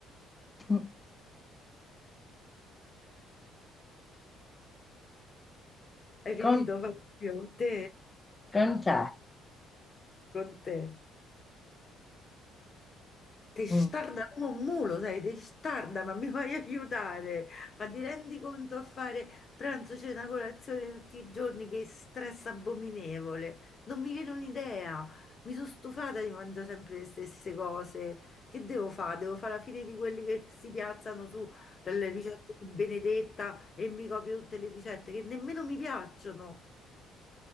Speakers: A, on the left; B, on the left.
A: Eh,
B: Hai
A: Con,
B: finito, Fabio? Te?
A: con te.
B: Con te? testarda
A: Mm.
B: come un mulo, sai, testarda, ma mi vai a aiutare? Ma ti rendi conto a fare pranzo, cena, colazione tutti i giorni? Che stress abominevole! Non mi viene un'idea. Mi sono stufata di mangiare sempre le stesse cose. Che devo fare? Devo fare la fine di quelli che si piazzano sulle ricette di Benedetta e mi copio tutte le ricette che nemmeno mi piacciono.